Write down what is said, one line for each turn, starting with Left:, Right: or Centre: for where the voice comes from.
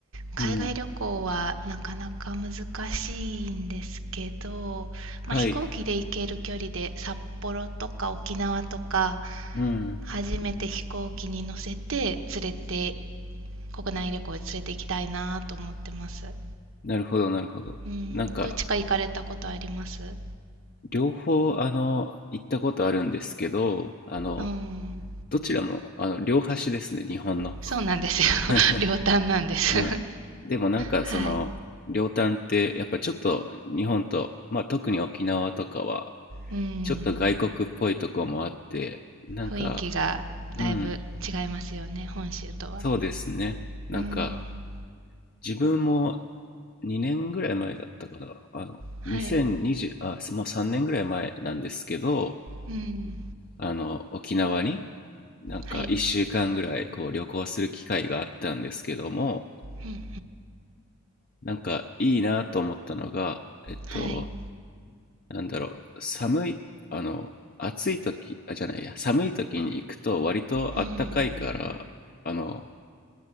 Right: 海外旅行はなかなか難しいんですけど、
Left: うん。はい。
Right: まあ、飛行機で行ける距離で札幌とか沖縄とか、
Left: うん。
Right: 初めて飛行機に乗せて連れて、国内旅行へ連れて行きたいなと思ってます。
Left: なるほど、なるほど。
Right: うん。
Left: なんか、
Right: どっちか行かれたことあります
Left: 両方、あの、行ったことあるんですけど、あの、
Right: うん。
Left: どちらも、あの、両端ですね、日本の。
Right: そうなんですよ。
Left: <laughs>
Right: <laughs> 両端なんです。
Left: うん、
Right: <laughs>
Left: でもなんかその両端ってやっぱちょっと日本と、
Right: はい。
Left: まあ、特に沖縄とかは
Right: うん。
Left: ちょっと外国っぽいとこもあってなんか
Right: 雰囲気がだいぶ違いますよね、
Left: うん
Right: 本州とは。
Left: そうですねなんか
Right: うん。
Left: 自分も2年ぐらい前だったからあの2020あもう3年ぐらい前なんですけど
Right: はい。うん。
Left: あの沖縄になんか1週間ぐらいこう旅行する機会があったんですけども
Right: はい。うんうん。
Left: なんかいいなと思ったのがえっと
Right: はい。
Left: なんだろう、寒い、あの、暑い時、あ、じゃないや、寒い時に行くと割とあったかいから、
Right: うん。
Left: あの、